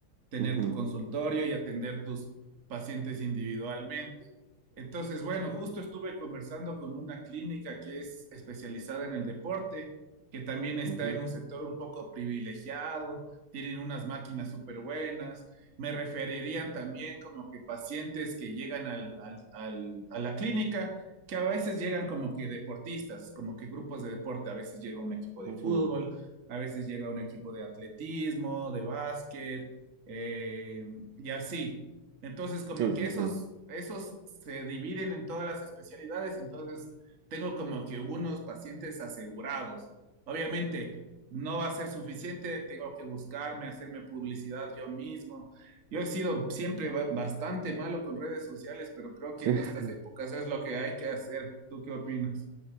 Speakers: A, on the right; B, on the right.
A: tener
B: ujú,
A: tu consultorio y atender tus pacientes individualmente. Entonces, bueno, justo estuve conversando con una clínica que es especializada en el deporte, que también está
B: ujú,
A: en un sector un poco privilegiado, tienen unas máquinas súper buenas. Me referirían también como que pacientes que llegan al- al- al- a la clínica que a veces llegan como que deportistas, como que grupos de deporte, a veces llega un equipo de
B: ujú.
A: fútbol, a veces llega un equipo de atletismo, de básquet, eh, y así. Entonces, como
B: Sí, sí,
A: que esos,
B: sí.
A: esos se dividen en todas las especialidades, entonces tengo como que unos pacientes asegurados. Obviamente, no va a ser suficiente, tengo que buscarme, hacerme publicidad yo mismo yo he sido siempre ba- bastante malo con redes sociales, pero creo que
B: Sí.
A: en estas
B: <laughs>
A: épocas es lo que hay que hacer. ¿Tú qué opinas?